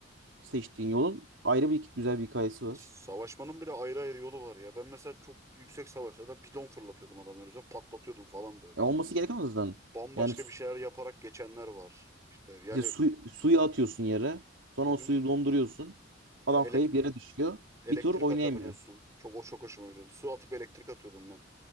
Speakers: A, on the right; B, on the right.
A: seçtiğin yolun ayrı bir güzel bir hikayesi var.
B: Savaşmanın bile ayrı ayrı yolu var ya. Ben mesela çok yüksek savaşlarda bidon fırlatıyordum adamların üzerine. Patlatıyordum falan böyle.
A: Ya olması gereken o yüzden.
B: Bambaşka
A: Yani su,
B: bir şeyler yaparak geçenler var. İşte yani
A: işte su- suyu atıyorsun yere. Sonra
B: hı hı.
A: o suyu donduruyorsun. Adam
B: e, Elek-
A: kayıp yere düşüyor.
B: elektrik
A: Bir tur oynayamıyor.
B: atabiliyorsun. Çok o çok hoşuma gidiyordu. Su atıp elektrik atıyordum ben.